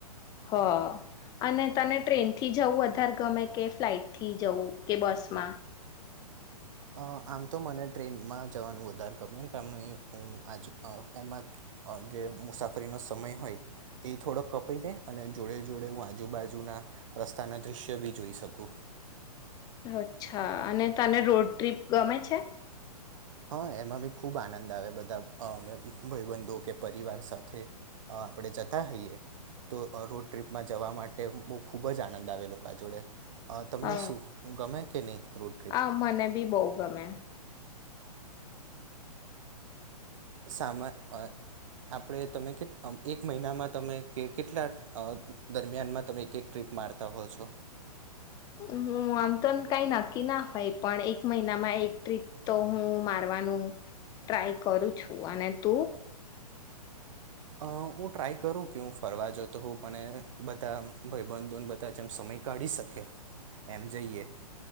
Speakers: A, on the left; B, on the right.
A: હ અને તને ટ્રેનથી જવું અધાર ગમે કે ફ્લાઇટ થી જવું કે બસમાં
B: અ આમ તો મને ટ્રેનમાં જવાનું વધારે કપાય કાર હું આજ એમાં જે મુસાફરીનો સમય હોય એ થોડોક કપાઈ છેાય અને જોડે જોડે હું આજુબાજુના રસ્તાના દ્રશ્ય બી જોઈ શકું
A: અચ્છા અને તને રોડ ટ્રીપ ગમે છે?
B: હા એમાં બી ખૂબ આનંદ આવે બધા ભાઈબંધો કે પરિવાર સાથે આપણે જતા હોઈએ તો રોડ ટ્રીપમાં જવા માટે બહુ ખૂબ જ આનંદ આવે લોકો જોડે અ તમને
A: હ
B: શું ગમે કે નહીં રોડ ટ્રીપ
A: આ મને બી બહુ ગમે
B: સામા આપણે તમે કે એક મહિનામાં તમે કે કેટલા દરમિયાનમાં તમે એક એક ટ્રીપ મારતા હો છો?
A: હ આમ તો કઈ નક્કી ના હોય પણ એક મહિનામાં એક ટ્રીપ તો હું મારવાનું ટ્રાય કરું છું અને તું
B: અ હું ટ્રાય કરું કે હું ફરવા જાો તો હું પણ બધા ભાઈબંધોને બધા જેમ સમય કાઢી શકે એમ જઈએ